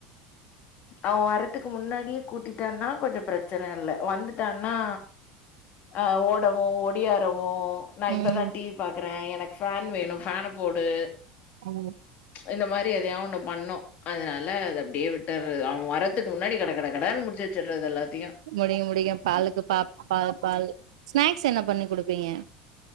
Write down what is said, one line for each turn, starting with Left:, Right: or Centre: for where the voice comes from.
Left: அவ வர்றத்துக்கு முன்னாடியே கூட்டிட்டான்னா கொஞ்சோ பிரச்சன இல்ல வந்துட்டான்னா ஆ ஓடவு ஒடியாரவு நா
Right: ம்
Left: இப்பதா டி வி பாக்குறே எனக்கு ஃபேன் வேணு ஃபேனு போடு
Right: ம்
Left: இந்த மாரி எதையா ஒண்ணு பண்ணு அதனால அது அப்டியே விட்டாறது அவ வர்ரதுக்கு முன்னாடி கட கட கடனு முடிச்சு வச்சறது எல்லாத்தையு
Right: முடி முடியு பாலுக்கு பா பால் பால் ஸ்நாக்ஸ் என்ன பண்ணி குடுப்பீங்க